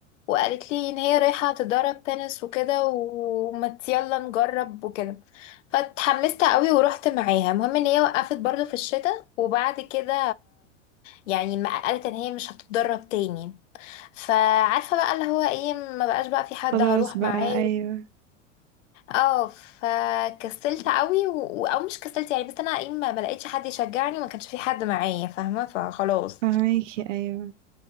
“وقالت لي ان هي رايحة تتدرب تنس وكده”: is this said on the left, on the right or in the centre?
Left